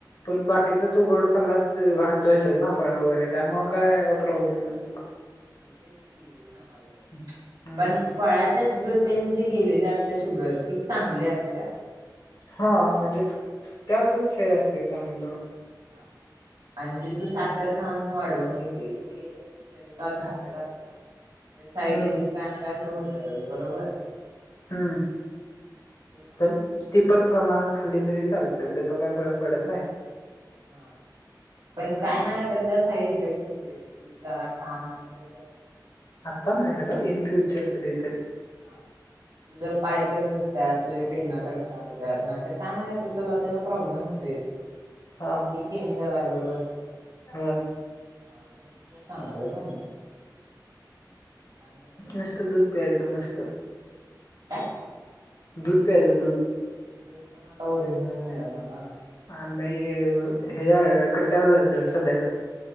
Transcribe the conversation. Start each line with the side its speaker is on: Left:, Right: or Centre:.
Left: पण बाकीचा तू गोड खाल्लास,, घातोय ना फळ वगैरे त्यामुळ काय प्रॉब्लेमऽऽ
Right: मग तेच की सांगलय,,
Left: हम्म.
Right: पण फळाच्याऽऽ शृतेन जी गेलेल्या असत्या शुगर,, ती चांगली असत्याऽऽ
Left: हाऽऽ म्हणजे त्यातच हे असतय चांगलं..
Right: हा आणि जे तू
Left: हम्म
Right: साखर खाऊन वाढवून घेतोयस ते शरीरला घातक असते नाऽऽ साईड
Left: हम्म
Right: इफेक्ट काय ना काय तर होतय त्या बरोबरऽऽ
Left: हम्म,,
Right: सांगालो
Left: पण
Right: ना
Left: तेी पण प्रमाणात खाली तरी चालतयऽऽ तेथे तो काही फरक पडत नाही.
Right: हा पण
Left: हम्म.
Right: काय ना का तर त्या साईड इफेक्ट होत. े जरा खा ना तर जास्त
Left: आतान हद इन फ्युचर कधितरी
Right: हा तुझं पाय तर सुचतात तुझ्या किडना तर खराब होतात ना का नाही घेत तुला त्याला प्रॉब्लेम होत शवटी
Left: हा
Right: केमिकल आहे बरोबर
Left: होय
Right: हा मगतच सांगालय ना मी आणि
Left: नस्त दूध पियचं मस्त
Right: का
Left: दूध प्यायज दूध
Right: दूध पण आता ओरिजनल मळणार ना
Left: ह नाही हे कट्ट्यावर जायचं सध्याकाळी